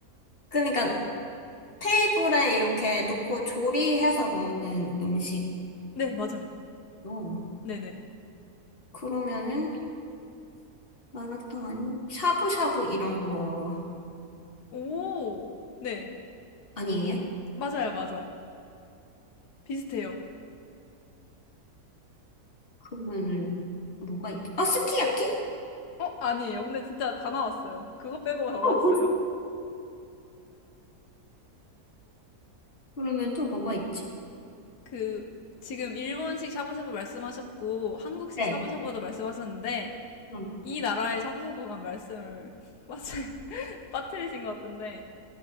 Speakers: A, on the left; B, on the left.
A: 그러니까 테이블에 이렇게 놓고 조리해서 먹는 음식.
B: 네, 맞아요.
A: 어,
B: 네네.
A: 그러면은 마라탕 아니면 샤브샤브 이런 거
B: 오, 네.
A: 아니에요?
B: 맞아요, 맞아요. 비슷해요.
A: 그러면은 뭐가 있지? 아, 스키야키?
B: 어, 아니에요. 근데 진짜 다 나왔어요. 그거 빼고 다
A: 어,
B: 나왔어요.
A: 뭐지? 그러면 또 뭐가 있지?
B: 그, 지금 일본식 샤브샤브 말씀하셨고, 한국식
A: 네.
B: 샤브샤브도 말씀하셨는데,
A: 음.
B: 이 나라의 샤브샤브만 말씀을 <laughs> 빠트, 빠뜨리신 것 같은데,